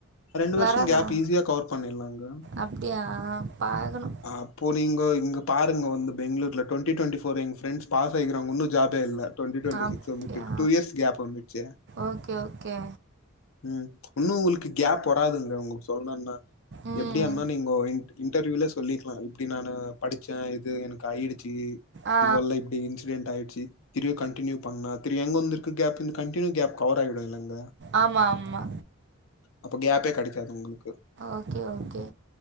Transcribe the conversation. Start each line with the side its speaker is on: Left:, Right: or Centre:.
Left: ரெண்டு
Right: வராதா
Left: வருஷம் கேப் ஈஸியாக கவர் பண்ணிடலாங்க
Right: அப்டியா பாக்கணும்
Left: அப்போ நீங்கோ இங்க பாருங்கோ வந்து பெங்களூர டுவெண்ட்டி டுவெண்டி ஃபோர் என் ஃப்ரண்ட்ஸ் பாஸ் ஆகிக்கிறாங்க ஒன்னும் ஜாபே இல்ல டவெண்டி டுவெண்டி
Right: அப்படியா
Left: சிக்ஸ் வந்துட்டு இருக்கு டூ இயர்ஸ் கேப் வந்துச்சு
Right: ஓகே ஓகே
Left: ம் இன்னு உங்களுக்கு கேப் வராதுங்க உங்களுக்கு சொல்லணும்னா
Right: ம்
Left: எப்டி <unintelligible> நீங்கோ இன்ட் இன்டர்வியூல சொல்லிக்கல இப்டி நானு படிச்சே இது எனக்கு ஆயிடுச்சு
Right: ஆ
Left: இதுவல்லா இப்டி இன்சிடென்ட் ஆயிடுச்சி திருயு கண்டின்யூ பண்ணா திரியு எங்க வந்து இரு கேப் இந்த கண்டினியூ கேப் கவர் ஆயிடு இல்லங்க
Right: ஆமா ஆமா
Left: அப்ப கேப்பே கெடைக்காது உங்களுக்கு
Right: ஓகே ஓகே